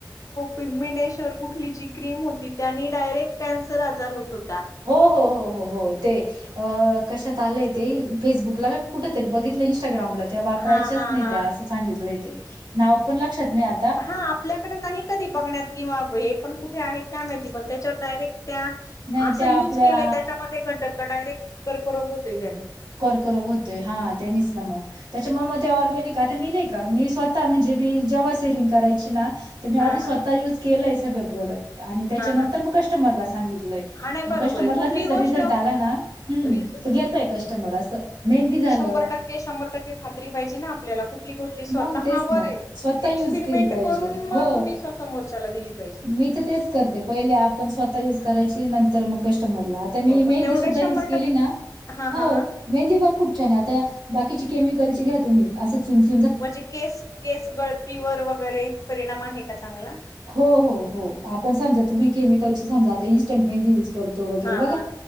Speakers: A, on the left; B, on the right.
A: पिगमिडेशवर कुठली जी क्रीम होती, त्यानी डायरेक्ट कॅन्सर आजार होत होता.
B: हो -हो -हो -हो -हो ते अ कशात आलंय ते फेसबुकला. कुठ तरी बघितलं इंस्टाग्रामला त्या वापरायच्याच
A: हा हा
B: नाही
A: हा
B: त्या असं सांगितलंय ते नाव पण लक्षात नाही आ
A: हा आपल्याकड नाही कधी बघण्यात किंवा हे पण कुठे आहेत काय माहिती पण त्याच्यात डायरेक्ट त्या
B: नाही
A: असं
B: त्या
A: युज
B: आपल्या
A: केलंय त्याच्यामध्ये घटक डायरेक्ट कर्करोग होतोय ज्यानी.
B: कोर्करोग होतोय हा तेनीच ना मग त्याच्यामुळे मग ते ऑरगॅनिक का ते मी नाही का मी स्वतः म्हणजे मी जेव्हा सेलिंग करायची ना
A: हा
B: मी आध स्वतः
A: हा
B: यूज केलंय सगळं प्रोडक्ट आणि त्याच्यानंतर
A: हा हा
B: मग कस्टमरला सांगितलंय.
A: हा नाही बरोबर
B: मग कस्टमरला
A: आहे कुठलीही
B: त्याचा
A: गोष्ट
B: रिझल्ट आला ना, हम्म
A: रिज
B: तर घेतय कस्टमर असं. मेहंदी झालं
A: शंभर टक्के- शंभर टक्के खात्री पाहिजे ना आपल्याला कुठली -कुठली स्वतःवर
B: मग तेच ना स्वतः
A: एक्सपेरिमेंट
B: युज केली पाहिजे
A: करून मग
B: हो
A: तुम्ही स-समोरच्याला दिली पाहिजे
B: मी तर तेच करते, पहिले आप पण स्वतः युज करायची नंतर मग कस्टमरला आता
A: हो
B: मी
A: मग
B: मेहंदी
A: तेवढे
B: सुद्धा
A: शंभर
B: युज केली
A: टक्के
B: ना.
A: हा
B: हो
A: -हा -हा.
B: मेहंदी पण खूप छान आहे, आता बाकीची केमिकल ची घ्या तुम्ही असं चूनचून
A: म्हणजे केस -केस गळतीवर वगैरे परिणाम आहे का चांगला?
B: हो- हो- हो आपण समजा तुम्ही केमिकल ची समजा आता इन्स्टंट मेहंदी यूज करतो वगैरे
A: हा
B: बघा,
A: हा